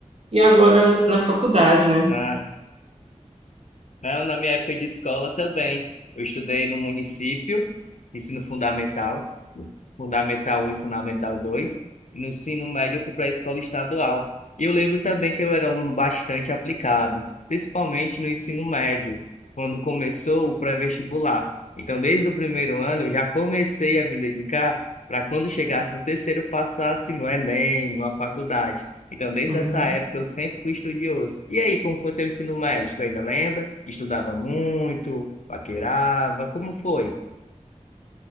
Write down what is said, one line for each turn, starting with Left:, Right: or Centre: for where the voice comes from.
Right: E agora na faculdade, né?
Left: né? Não, na minha época de escola também. Eu estudei no município, ensino fundamental, fundamental um e fundamental 2 e no ensino médio eu fui para a escola estadual. E eu lembro também que eu era um aluno bastante aplicado, principalmente no ensino médio, quando começou o pré-vestibular. Então, desde o primeiro ano, eu já comecei a me dedicar para quando chegasse no terceiro, passasse no Enem, numa faculdade. Então, desde
Right: Uhum.
Left: essa época, eu sempre fui estudioso. E aí, como foi teu ensino médio? Tu ainda lembra? Estudava muito, paquerava, como foi?